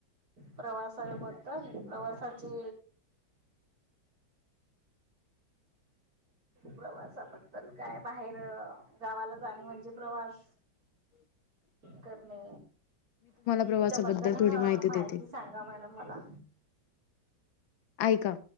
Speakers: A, on the right; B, on the left.
A: प्रवासाबद्दल प्रवासाची... प्रवासाबद्दल काय बाहेर गावाला जाणे म्हणजे प्रवास.
B: रिकामा ऑडिओ
A: करणे. त्याच्याबद्दल
B: प्रवासाबद्दल थोडी
A: हा माहिती
B: देते
A: सांगा मॅडम मला.
B: ऐका.